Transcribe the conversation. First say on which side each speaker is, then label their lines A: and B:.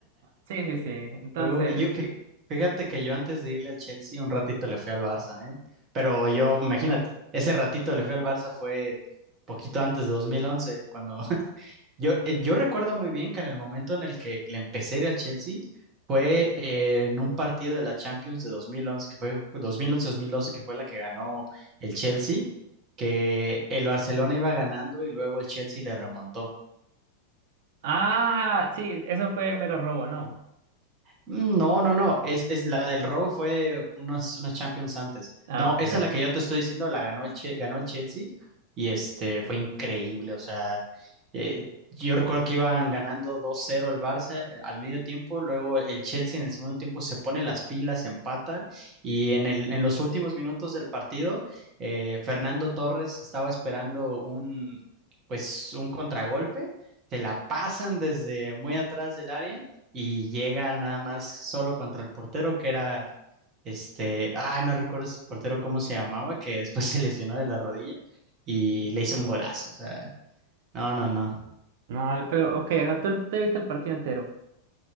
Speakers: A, on the right; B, on the right.
A: Sí, sí, sí, entonces,
B: Uy, yo, fí- fíjate que yo antes de irle al Chelsea un ratito le fui al Barça, ¿eh? Pero yo, imagínate, ese ratito le fui al Barça fue poquito antes de 2011, cuando Yo, eh, yo recuerdo muy bien que en el momento en el que le empecé a ir al Chelsea fue eh, en un partido de la Champions de 2011 que fue dos dos mil once mil doce que fue la que ganó el Chelsea, que el Barcelona iba ganando y luego el Chelsea le remontó.
A: ah, sí, eso fue mero robo, ¿no?
B: No, no, no. Es, es la del robo fue unos, unos Champions antes.
A: Ah,
B: No,
A: ok,
B: esa
A: dale.
B: la que yo te estoy diciendo la ganó el, Che- ganó el Chelsea y este fue increíble. O sea, eh, yo recuerdo que iban ganando 2-0 el Barça eh, al medio tiempo. Luego el Chelsea en el segundo tiempo se pone las pilas, empata y en el, en los últimos minutos del partido, eh, Fernando Torres estaba esperando un, pues, un contragolpe. Se la pasan desde muy atrás del área y llega nada más solo contra el portero que era este, ah, no recuerdo ese portero cómo se llamaba, que después <laughs> se lesionó de la rodilla y
A: Mm.
B: le hizo un golazo, o sea, no, no, no.
A: No, dale, pero ok, no, tú te viste el partido entero.